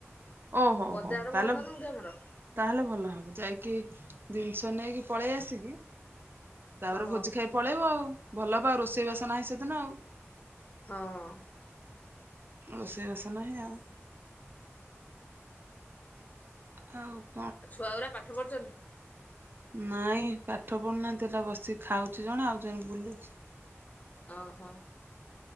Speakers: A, on the right; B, on the left.
A: ଓହୋ
B: ବଜାର
A: ହୋ ତାହେଲେ
B: ବନ୍ଦ ନୁହଁ କି ଆମର।
A: ତାହେଲେ ଭଲ ହବ ଯାଇକି ଜିନିଷ ନେଇକି ପଳେଇ ଆସିକି ତାପରେ
B: ହଁ
A: ଭୋଜି ଖାଇ ପଳେଇବ ଆଉ ଭଲ ହବ ଆଉ ରୋଷେଇବାସ ନାହିଁ ସେଦିନ ଆଉ।
B: ହଁ।
A: ରୋଷେଇ ବାସ ନାହିଁ ଆଉ। ହଉ।
B: ଆଉ ଛୁଆଗୁରା ପାଠ ପଢୁଛନ୍
A: ନାଇଁ ପାଠ ପଢୁନାହାଁତି ତ ବସି ଖାଉଛି ଜଣେ ଆଉ ଜଣେ ବୁଲୁଚି।
B: ଓ ହୋ।